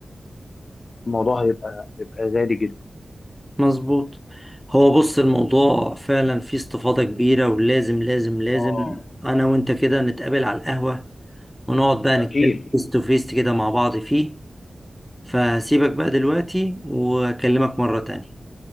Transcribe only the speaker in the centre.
مظبوط هو بص الموضوع فعلا فيه استفاضة كبيرة ولازم لازم لازم
أنا وأنت كده نتقابل على القهوة ونقعد بقى نتكلم
فيس تو فيس كده مع بعض فيه فسيبك بقى دلوقتي وأكلمك مرة تانية